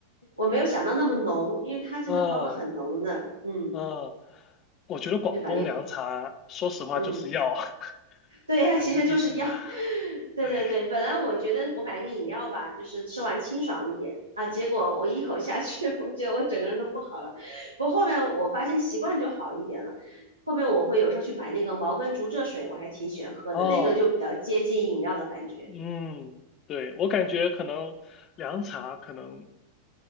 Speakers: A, on the right; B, on the left.
A: 我没有想到那么浓，因为它真的包的很浓的，
B: 嗯
A: 嗯，
B: 嗯，我觉得广东凉茶，
A: 对吧？有点，
B: 说实话就是药，
A: 嗯。
B: <laughs>
A: <laughs> 对呀，
B: 我感觉就是药。
A: 其实就是药。<laughs> 对对对，
B: 对，
A: 本来我觉得我买个饮料吧，就是吃完清爽一点啊，结果我一口下去，<laughs> 我觉得我整个人都不好了。不过后面我发现习惯就好一点了。后面我会有时候去买那个茅根竹蔗水，我还挺喜欢喝的，
B: 哦，
A: 那个就比较接近饮料的感觉。
B: 嗯，对，我感觉可能凉茶可能